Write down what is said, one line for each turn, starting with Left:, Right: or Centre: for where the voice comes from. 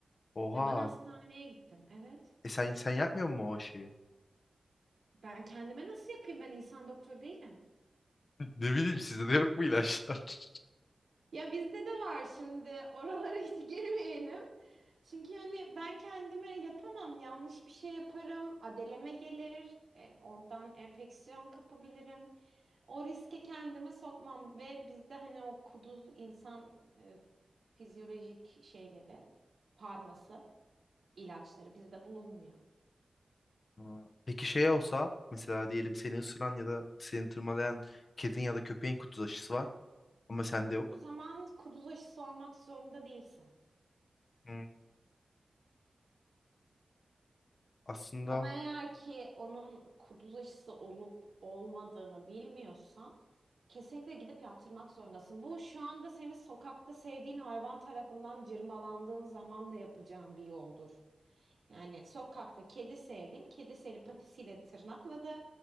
Left: Oha.
Right: Hemen hastaneye gittim. Evet.
Left: E sen, sen yapmıyor musun o aşıyı?
Right: Ben kendime nasıl yapayım? Ben insan doktoru değilim.
Left: <laughs> Ne bileyim sizde de yok mu ilaçlar? <laughs>
Right: Ya bizde de var şimdi. Oralara <laughs> hiç girmeyelim. Çünkü hani ben kendime yapamam. Yanlış bir şey yaparım. Adeleme gelir. E, oradan enfeksiyon kapabilirim. O riski kendime sokmam. Ve bizde hani o kuduz insan e, fizyolojik şeyleri, farması, ilaçları bizde bulunmuyor.
Left: Aa. Peki şey olsa mesela diyelim seni ısıran ya da seni tırmalayan kedin ya da köpeğin kutu aşısı var ama sende yok.
Right: O zaman kuduz aşısı olmak zorunda değilsin.
Left: Hmm, Aslında
Right: Ama eğer ki onun kuduz aşısı olup olmadığını bilmiyorsan kesinlikle gidip yaptırmak zorundasın. Bu şu anda seni sokakta sevdiğin hayvan tarafından cırmalandığın zaman da yapacağın bir yoldur. Yani sokakta kedi sevdin, kedi seni patisiyle tırnakladı.